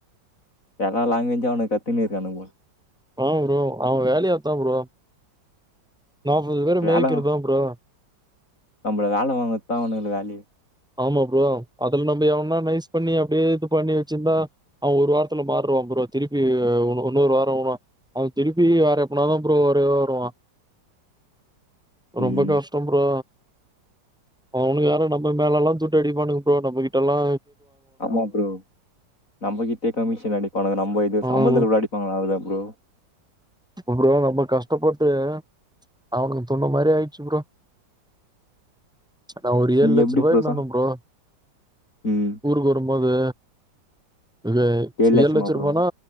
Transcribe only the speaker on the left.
எல்லா லாங்குவேஜூம் அவனுங்க கத்தினி இருக்கானுங்க ப்ரோ
வேல
நம்மள வேல வாங்கரது தா அவனுங்க வேலயே
ம்
ஆமா ப்ரோ நம்மகிட்டே கமிஷன் அடிப்பானுங்க நம்ம இது
சம்பளத்துல அடிப்பாங்க‌ அத ப்ரோ
நீங்க
எப்டி
சா
ம்
லட்சமா
ப்ரோ